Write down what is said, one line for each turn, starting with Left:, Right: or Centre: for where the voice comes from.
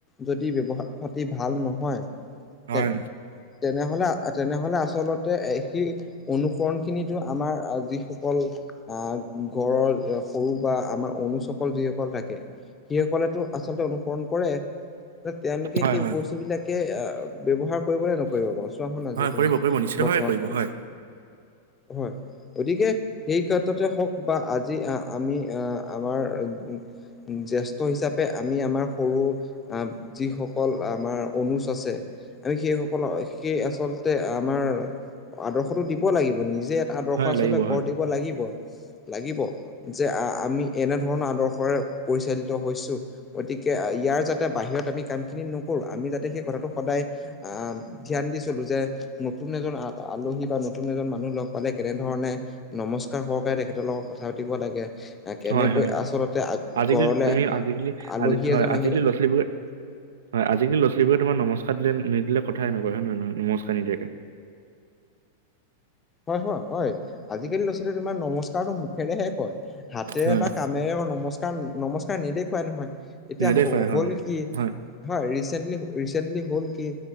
Left: যদি ব্যৱহাৰ পাতি ভাল নহয়,
Right: হয়,
Left: তেন তেনেহ'লে তেনেহ'লে আচলতে সি অনুসৰণ খিনি <unintelligible> আমাৰ আ যিসকল আহ ঘৰৰ সৰু বা আমাৰ অনুজসকল যিসকল থাকে। যি সকলেতো আচলতে অনুসৰণ কৰে। তেওঁলোকে
Right: হয়,
Left: সেই
Right: হয়,
Left: বস্তুবিলাকে অ ব্যৱহাৰ কৰিব নে নকৰিব বাৰু চোৱাখন আজি
Right: হয়,
Left: তুমি
Right: কৰিব কৰিব নিশ্চিতভাৱে
Left: বৰ্তমান
Right: কৰিব
Left: সম
Right: হয়।
Left: হয় গতিকে এই ক্ষেত্ৰতে হওক বা আজি আ আমি আ আমাৰ ও ও জেষ্ঠ্য হিচাপে আমি আমাৰ সৰু আ যিসকল আমাৰ অনুজ আছে। আমি সেই সকলক সেই আচলতে আমাৰ আদৰ্শটো দিব লাগিব। নিজে আদৰ্শ
Right: হয়
Left: আচলতে
Right: লাগিব
Left: গঢ়
Right: হয়।
Left: দিব লাগিব। লাগিব যে আ আমি এনেধৰণৰ আদৰ্শৰে পৰিচালিত হৈছোঁ। গতিকে ই ইয়াৰ যাতে বাহিৰত আমি কামখিনি নকৰোঁ। আমি যাতে সেই কথাটো সদায় আহ, ধ্যান দি চলো যে নতুন এজন আ আলহী বা নতুন এজন মানুহ লগ পালে কেনেধৰণে নমস্কাৰ সহকাৰে তেখেতৰ লগত কথা পাতিব লাগে কেনেকৈ
Right: হয় হয় হয়।
Left: আচলতে
Right: আজিকালি
Left: ঘৰলে
Right: তুমি আজিকালি
Left: আলহী
Right: আজি হয়
Left: এজন
Right: আজিকালি
Left: আহিলে
Right: ল'ৰা-ছোৱালীবোৰ হয়, আজিকালি ল'ৰা-ছোৱালীবোৰে তোমাৰ নমস্কাৰ দিলে নিদিলে কথাই নকয় হয় নে নহয় নমস্কাৰ নিদিয়াকে।
Left: হয় হয় হয়। আজিকালি ল'ৰা ছোৱালীয়ে তোমাৰ নমস্কাৰটো মুখেৰেহে কয় হাতেৰে
Right: হয়
Left: বা কামে <unintelligible> নমস্কাৰ নমস্কাৰ নেদেখুৱাই নহয়, এতিয়া
Right: নেদেখুৱাই
Left: হ হ'ল
Right: হয়
Left: কি
Right: হয়
Left: হয় ৰিচেণ্টলি ৰিচেণ্টলি হ'ল কি